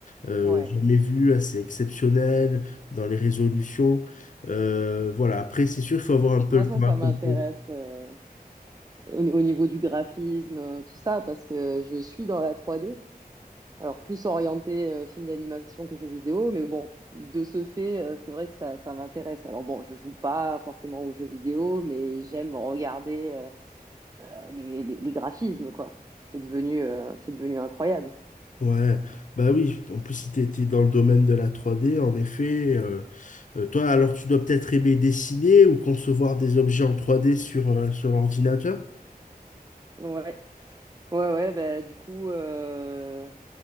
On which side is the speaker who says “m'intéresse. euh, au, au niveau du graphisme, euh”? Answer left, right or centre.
Right